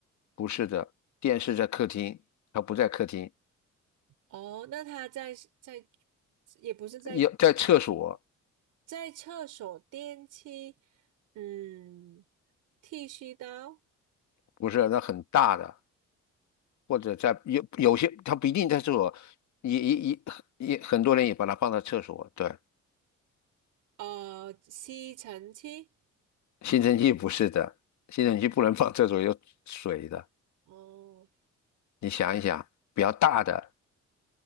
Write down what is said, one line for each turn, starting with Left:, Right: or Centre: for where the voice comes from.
Left: 不是的，电视在客厅，它不在客厅，
Right: 哦，那它在在也不是在
Left: 要在厕所，
Right: 在厕所电器，嗯，剃须刀，
Left: 不是那很大的，或者在有有些它不一定在厕所，也也也也很多人也把它放在厕所，对。
Right: 呃，吸尘器，
Left: 吸尘器不是的，吸尘器不能放厕所有水的。
Right: 哦，
Left: 你想一想，比较大的